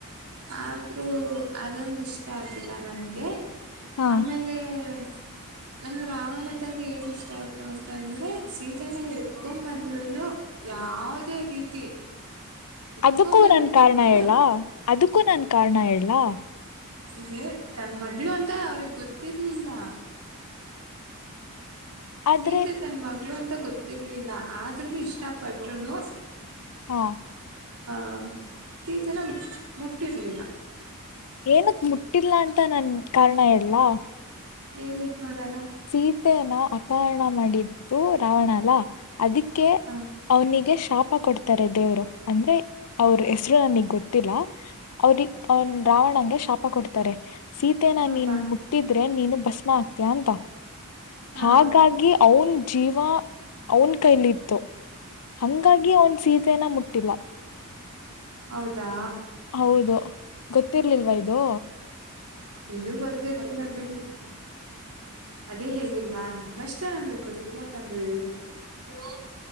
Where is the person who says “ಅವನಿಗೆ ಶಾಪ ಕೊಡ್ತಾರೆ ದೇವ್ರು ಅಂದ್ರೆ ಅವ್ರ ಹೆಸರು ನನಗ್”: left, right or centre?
Left